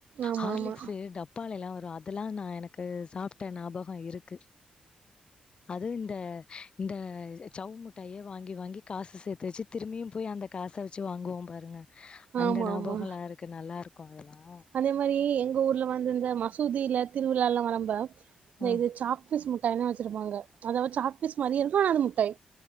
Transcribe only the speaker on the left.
ஹார்லிக்ஸ்ஸு
டப்பால எல்லா வரு அதெல்லாம் நான் எனக்கு சாப்ட்டு ஞாபகம் இருக்கு அதுவும் இந்த இந்த சவ் மிட்டாயே வாங்கி வாங்கி காசு சேத் வச்சு திரும்பியும் போய் அந்த காசை வச்சு வாங்குவோம் பாருங்க அந்த
ஞாபகலா
இருக்கு நல்லா இருக்கு அதலாம்
ம்